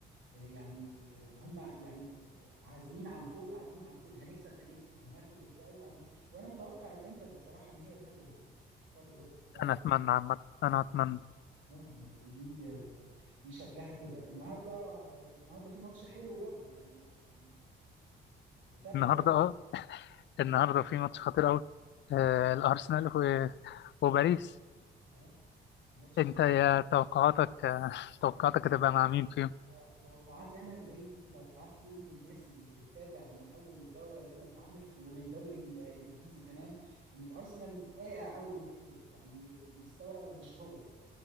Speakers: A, on the right; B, on the left.
A: آه، يعني آه، ان هم يعني آه، عازمين على الفوز عازمين على الفوز هنكسب هنكسب هناخد الدوري هن... وانا متوقع الانتر بصراحه ان هي اللي تاخد ال- ابطال اوروبا بصراحه
B: انا اتمنى عامة انا اتمنى
A: اه يعني دي آه، دي شكلها كده النهارده آه، النهارده في ماتش حلو برضو يعني ما- يعني تابعوا
B: النهارده
A: بقى معاك
B: اه النهارده في ماتش خطير قوي آه الارسنال و... وباريس
A: اه ماتش
B: انت
A: النهارده
B: يا توقعاتك آه، توقعاتك هتبقى مع مين فيهم
A: آه، توقعاتي انا زي توقعات كل الناس اللي بتتابع من اول الدوره دي ما اتعملت ومن الدوري ال- الانجليزي كمان ان الارسنال واقع اول يومين دول يعني المستوى مش هو